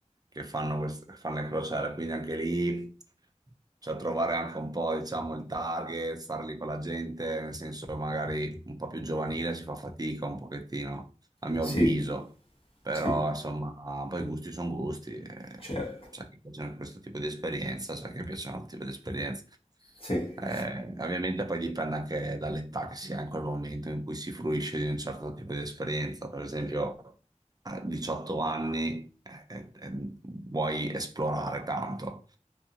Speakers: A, on the right; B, on the left.
A: che fanno, queste- fanno le crociere, quindi anche lì, cioè trovare anche un po', diciamo, il target, stare lì con la gente, nel senso magari un po' più giovanile si fa fatica un pochettino, a mio
B: sì,
A: avviso. Però,
B: sì,
A: insomma, poi gusti sono gusti. eh,
B: certo.
A: C'è chi piacciono questo tipo di esperienza, c'è chi piacciono altro tipo di esperienza.
B: Sì.
A: Eh, ovviamente poi dipende anche dall'età che si ha in quel momento in cui si fruisce di un certo tipo di esperienza. Per esempio, a 18 anni eh, eh, eh, vuoi esplorare tanto.